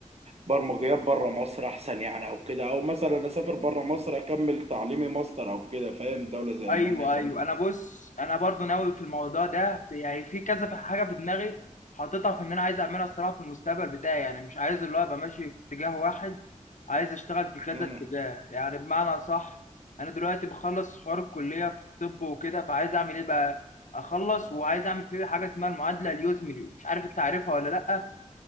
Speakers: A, on the right; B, on the left.
A: برمجيات بره مصر احسن يعني او كده او مثلا اسافر بره مصر اكمل تعليمي ماستر او كده فاهم دولة زي
B: ايوه
A: المانيا اكمل
B: ايوه انا بص انا برضو ناوي في الموضوع ده يعني في كذا في- حاجه في دماغي حاططها في ان انا عايز اعملها الصراحه في المستقبل بتاعي يعني مش عايز اللي هو ابقى ماشي في اتجاه واحد عايز اشتغل في كذا
A: امم
B: اتجاه يعني بمعنى صح انا دلوقتي بخلص حوار الكليه في طب وكده فعايز اعمل ايه بقى اخلص وعايز اعمل فيه حاجه اسمها المعادله اليوزملي مش عارف انت عارفها ولا لا